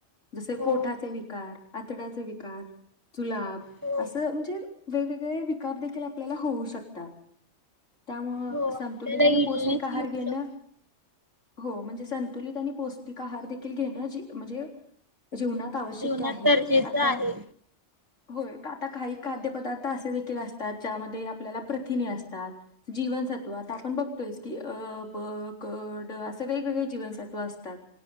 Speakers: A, on the left; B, on the right.
A: जसे
B: हो
A: पोटाचे विकार आतड्याचे विकार जुलाब
B: हो
A: असं म्हणजे वेगवेगळे विकार देखील आपल्याला होऊ शकतात. त्यामुळं
B: हो
A: संतुलित
B: आपल्याला
A: आणि
B: इलनेस
A: पौष्टिक आहार
B: येऊ
A: घेणं.
B: शकतो
A: हो म्हणजे संतुलित आणि पौष्टिक आहार देखील घेणं जी म्हणजे जीवनात आवश्यक्य
B: जीवनात
A: आहे.
B: गरजेचं
A: आता
B: आहे
A: होय आता काही खाद्यपदार्थ असे देखील असतात. ज्यामध्ये आपल्याला प्रथिने असतात जीवनसत्व आपण बघतोयच की अ ब क ड असे वेगवेगळे जीवनसत्व असतात.